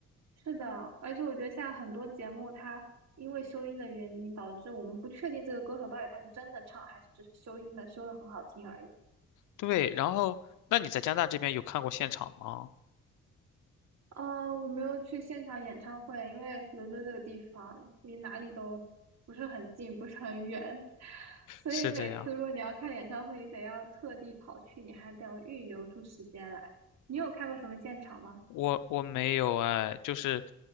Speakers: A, on the right; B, on the left.
A: 是的，而且我觉得现在很多节目，它因为修音的原因，导致我们不确定这个歌手到底他是真的唱，还是只是修音的，修的很好听而已。
B: 对，然后那你在加拿大这边有看过现场吗？
A: 呃，我没有去现场演唱会，因为伦敦这个地方离哪里都不是很近，不是很远，<laughs> 所以每次如果你要看演唱会，
B: 是这样，
A: 你得要特地跑去，你还得要预留出时间来。你有看过什么现场吗？
B: 我我没有哎，就是，